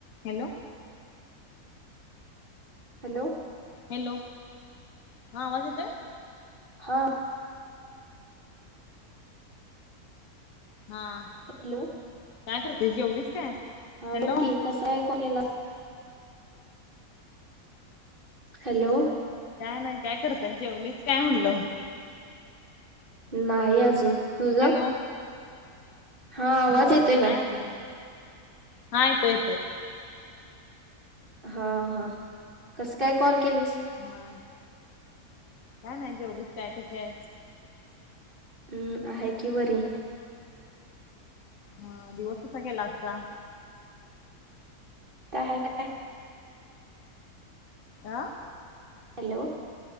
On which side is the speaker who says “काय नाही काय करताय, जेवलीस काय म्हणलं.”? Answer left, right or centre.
Left